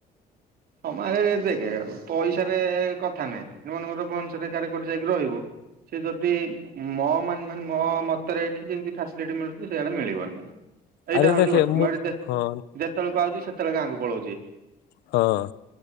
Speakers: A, on the right; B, on the left.
A: ହମାରରେ ଦେଖଉ ପଇସାରେ କଥା ନାଇଁ ଏମାନଙ୍କର ଭନସରକାରାରେ କରି ଯାଇକି ରହିବୁ ସେ ଯଦି ମୋ ମାନେ ମାନେ ମୋ ମତରେ ଏଇଠି ଯେମିତି ଫ୍ୟାସିଲିଟି ମିଳୁଛି ସେଇଆଡ଼େ ମିଳିବନି ଏଇଟା
B: ଆରେ
A: ହଉଛି
B: ଦେଖେ
A: ଗୋଟେ
B: ମୁଁ
A: ମେଡିତେ ଯେତେବେଳେ
B: ହଁ
A: ପାଉଛି ସେତ୍ କେତେବେଳେ ଗାଁକୁ ପଳଉଛି।
B: ହଁ